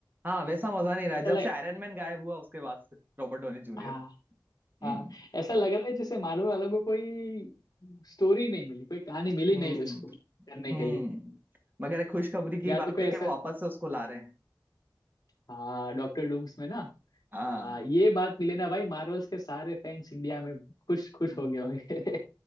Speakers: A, on the right; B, on the left.
A: हाँ वैसा मजा नहीं रहा
B: ऐसा
A: है। जब
B: लग
A: से आयरन मैन गायब हुआ उसके बाद से रॉबर्ट डोनी जूनियर
B: हाँ हाँ
A: हम्म
B: ऐसा लग रहा है जैसे मार्वल वालों को कोई स्टोरी नहीं मिली कोई कहानी मिली
A: हम्म
B: नहीं उसको करने
A: हम्म
B: के लिए
A: मगर एक खुशखबरी की
B: या
A: बात
B: तो कोई
A: है
B: ऐसा
A: कि वो वापस से उसको ला रहे हैं
B: हाँ डॉक्टर डूम्स में ना
A: हाँ
B: हाँ ये बात मिली ना भाई मार्वल्स के सारे फैंस इंडिया में खुश खुश
A: हम्म
B: हो गए होंगे <laughs>